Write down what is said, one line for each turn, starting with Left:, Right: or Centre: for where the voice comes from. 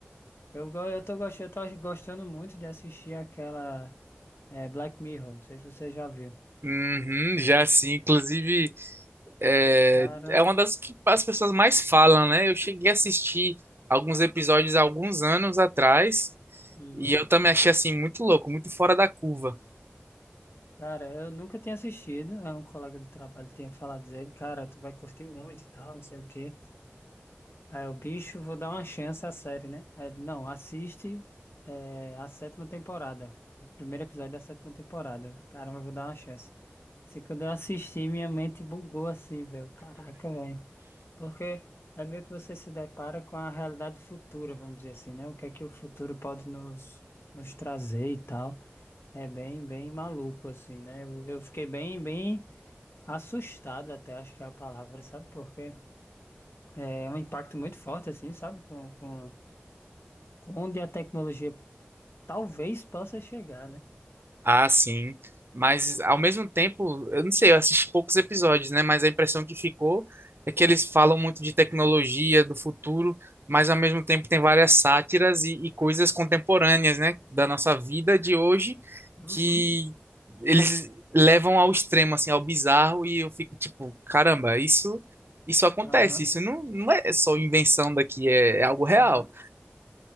Left: Eu, go- eu tô gostando, eu tava gostando muito de assistir aquela é, Black Mirror, não sei se você já viu.
Right: Uhum, já sim, inclusive É,
Left: Cara,
Right: é uma das que as pessoas mais falam, né? Eu cheguei a assistir alguns episódios há alguns anos atrás
Left: uhum.
Right: e eu também achei assim muito louco, muito fora da curva.
Left: Cara, eu nunca tinha assistido, aí um colega do trabalho tinha falado dele, cara, tu vai curtir muito e tal, não sei o quê. Aí o bicho, vou dar uma chance à série, né? Aí ele, não, assiste é, a sétima temporada, o primeiro episódio da sétima temporada. Eu, Caramba, eu vou dar uma chance. Se quando eu assisti, minha mente bugou assim, velho. Caraca, velho. Porque é meio que você se depara com a realidade futura, vamos dizer assim, né? O que é que o futuro pode nos, nos trazer e tal. É bem, bem maluco, assim, né? Eu, eu fiquei bem, bem assustado até, acho que é a palavra, sabe? Porque é é um impacto muito forte, assim, sabe? Com, com, com onde a tecnologia talvez possa chegar, né?
Right: Ah, sim. Mas ao mesmo tempo, eu não sei, eu assisti poucos episódios, né? Mas a impressão que ficou é que eles falam muito de tecnologia, do futuro, mas ao mesmo tempo tem várias sátiras e, e coisas contemporâneas, né? Da nossa vida de hoje,
Left: Uhum,
Right: que eles levam ao extremo, assim, ao bizarro, e eu fico tipo, caramba, isso, isso acontece,
Left: aham,
Right: isso não, não é só invenção daqui, é, é algo real.
Left: aham.